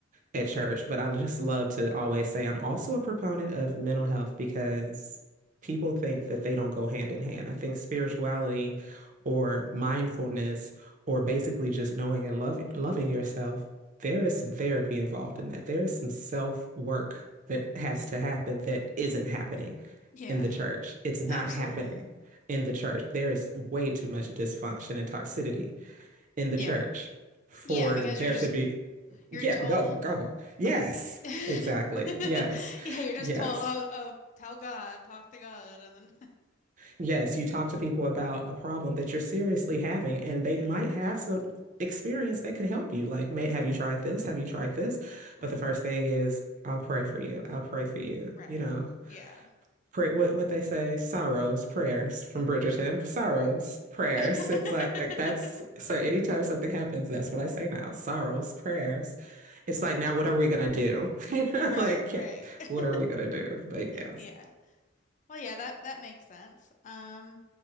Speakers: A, on the right; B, on the left.
A: at church, but I just love to always say I'm also a proponent of mental health because people think that they don't go hand in hand. I think spirituality or mindfulness or basically just knowing and love, loving yourself, there is some therapy involved in that. There is some self work that has to happen that isn't happening
B: Yeah.
A: in the church. It's not
B: Absolutely.
A: happening in the church. There is way too much dysfunction and toxicity in the
B: Yeah.
A: church for
B: Yeah, because
A: there
B: you're just
A: to be
B: you're
A: yeah,
B: told.
A: go, go. Yes,
B: <laughs>
A: exactly. Yes,
B: Yeah, you're just
A: yes,
B: told, oh, oh, tell God, talk to God, and then
A: yes. You talk to people about a problem that you're seriously having, and they
B: <laughs> Yeah.
A: might have some experience that could help you. Like, may, have you tried this? Have you tried this?
B: Right.
A: But the first thing is, I'll pray for you. I'll pray for you,
B: Right.
A: you know.
B: Yeah.
A: pray, what what they say, sorrows, prayers from Bridgerton, sorrows, prayers.
B: <laughs>
A: It's like that's so anytime something happens, that's what I say now, sorrows, prayers. It's like now what are we gonna do? <laughs>
B: Right,
A: Like, can't,
B: right. <laughs>
A: what are we gonna do? But yes.
B: Yeah. Well, yeah, that that makes sense. Um,